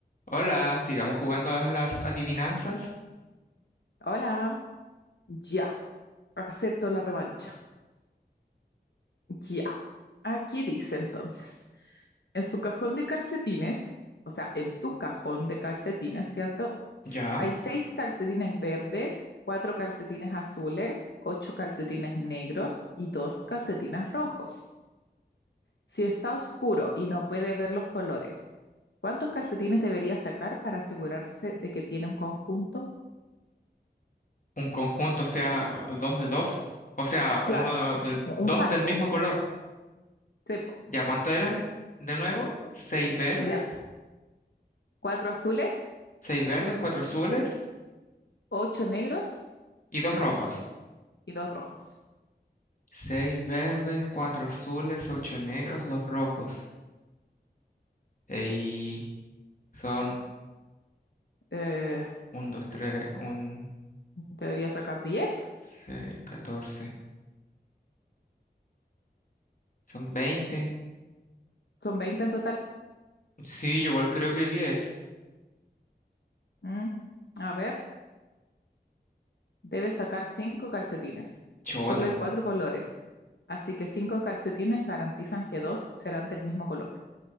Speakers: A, on the left (about 50°); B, on the left (about 85°).
A: Hola, sigamos jugando a las adivinanzas.
B: Hola, ya, acepto la revancha. Ya. Aquí dice entonces, en su cajón de calcetines, o sea, en tu cajón de calcetines, ¿cierto?
A: Ya,
B: Hay seis calcetines verdes, cuatro calcetines azules, ocho calcetines negros y dos calcetines rojos. Si está oscuro y no puede ver los colores, ¿cuántos calcetines debería sacar para asegurarse de que tiene un conjunto?
A: un conjunto, o sea, dos de dos. O sea, uno
B: Claro,
A: del,
B: u-
A: dos
B: un parpo.
A: del mismo color.
B: Sí, po.
A: ¿Ya cuánto eran? De nuevo, seis verdes,
B: ya. ¿Cuatro azules?
A: seis verdes, cuatro azules
B: ocho negros
A: y dos rojos.
B: y dos rojos.
A: Seis verdes, cuatro azules, ocho negros, dos rojos. Y son
B: Eh,
A: un, dos, tres, un,
B: debería sacar diez
A: seis, catorce. Son veinte.
B: Son veinte en total.
A: Sí, yo igual creo que diez.
B: Mm, A ver, debes sacar cinco calcetines.
A: Chota.
B: Solo hay cuatro colores. Así que cinco calcetines garantizan que dos serán del mismo color.